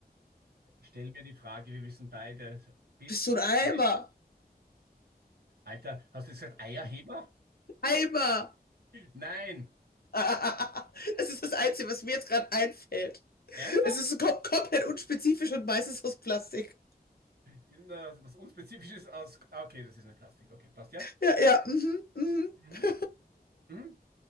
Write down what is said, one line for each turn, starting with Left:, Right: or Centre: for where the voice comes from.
Right: Stell mir die Frage, wir wissen beide, bist
Left: bist du
Right: du
Left: ein Eimer?
Right: ein Alter, hast du gesagt Eierheber?
Left: Eimer!
Right: Nein.
Left: <laughs> Das ist das Einzige, was mir jetzt gerade einfällt.
Right: Ernsthaft?
Left: Es ist so kom komplett unspezifisch und meistens aus Plastik.
Right: In, äh, was unspezifisches aus. ah, Okay, das ist eine Plastik. Okay, passt ja.
Left: Ja, ja, mhm, mhm.
Right: Mhm.
Left: <laughs>
Right: Mhm.